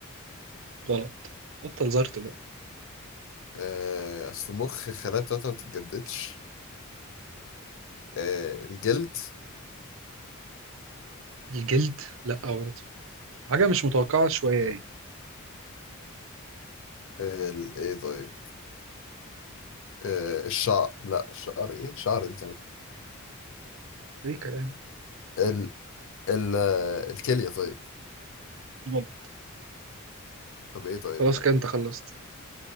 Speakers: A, on the right; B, on the left.
A: غلط بطل زرت بقى
B: آه اصل المخ الخلايا بتاعتها ما بتتجددش آه الجلد
A: الجلد لا برضه حاجه مش متوقعه شويه
B: آه
A: يعني
B: آه، ال- ايه طيب آه الشعر لا الشعر ايه شعر دي
A: ايه كلام
B: كمان ال الكلية طيب
A: جميل.
B: طب ايه طيب
A: خلاص
B: ايه
A: كده انت خلصت